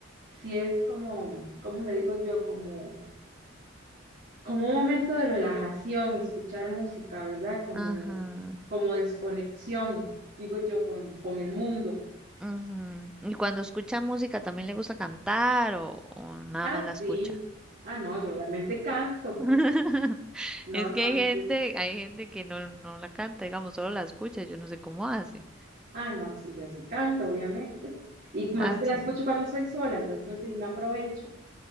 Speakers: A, on the right (about 45°); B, in the centre.
A: sí es como, ¿cómo le digo yo? Como, como un momento de relajación, escuchar música, ¿verdad? Como,
B: Ajá.
A: como desconexión, digo yo, con, con el mundo.
B: Ujú. Y cuando escucha música, ¿también le gusta cantar o, o nada
A: Ah,
B: más la escucha?
A: sí. Ah, no, yo obviamente canto.
B: <laughs>
A: No,
B: Es
A: no,
B: que hay gente,
A: sí.
B: hay gente que no, no la canta, digamos, solo la escucha, yo no sé cómo hace.
A: Ah, no, sí, yo así tanto, obviamente. Y más
B: Ah,
A: que
B: sí.
A: la escucho cuando estoy sola, entonces sí me aprovecho.